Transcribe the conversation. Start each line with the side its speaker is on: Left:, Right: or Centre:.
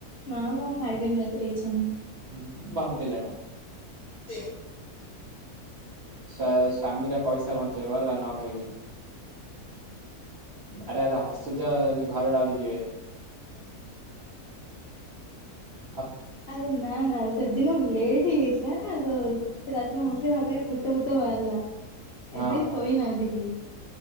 Left: ନା ମୁଁ ଖାଇବିନି ରାତିରେ ଇଚ୍ଛା ନାହିଁ।
Right: ମୁଁ ଭଲ ପିଲାଟା।
Left: <inaudible>
Right: ସା ସ୍ଵାମୀର ପଇସା ବଞ୍ଚେଇବ ହେଲା ନ ଖାଇକି। ଆରେ ଆରେ ହସୁଚ ଘରେ ଡରି ଯିବେ। <inaudible>
Left: ଆରେ ନା ନା ସେଦିନ ଲେଟ୍ ହେଇଯାଇଥିଲା ନା ତ ଏତେ ରାତିରେ
Right: ନାହିଁ।
Left: ହସିଲେ ଭାବିବେ ଭୂ ଭୁତ ଫୁତ ବାହାରିଲା
Right: ହଁ
Left: ଏବେ
Right: ହଁ
Left: ଶୋଇନାହାନ୍ତି କି।